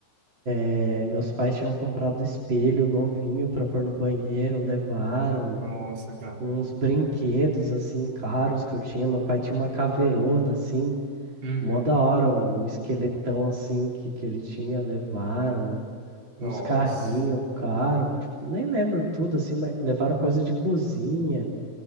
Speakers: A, on the right (about 25°); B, on the right (about 55°).
A: é, meus pais tinham comprado espelho novinho pra pôr no banheiro, levaram.
B: Nossa, cara.
A: uns brinquedos assim caros que eu tinha. Meu pai tinha uma caveirona assim,
B: Uhum.
A: mó da hora, o esqueletão assim que, que ele tinha, levaram
B: Nossa.
A: uns carrinhos caros, tipo, nem lembro tudo assim, mas levaram coisa de cozinha,